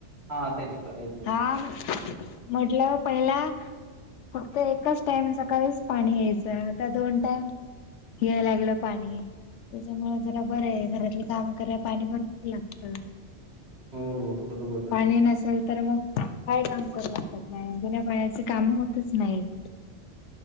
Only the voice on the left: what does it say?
आह, म्हटलं पहिला फक्त एकच टाइम, सकाळीच पाणी यायचं, आता दोन टाइम याय लागल पाणी. त्याच्यामुळ जरा बरं ये, घरातलं काम कराया पाणी भरपूर लागतं.
पाणी नसल तर मग, काय काम करू वाटत नाही, बिना पाण्याच काम होतच नाहीत.